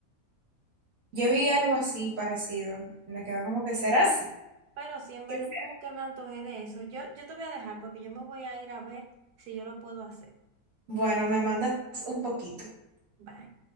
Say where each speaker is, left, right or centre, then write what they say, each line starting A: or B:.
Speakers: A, on the right; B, on the right.
A: Yo vi algo así parecido. Me quedó como que será así.
B: Pero sí, en
A: Que
B: verdad
A: sea.
B: como que me antojé de eso. Yo, yo te voy a dejar porque yo me voy a ir a ver si yo lo puedo hacer.
A: Bueno, me mandas un poquito.
B: Bye.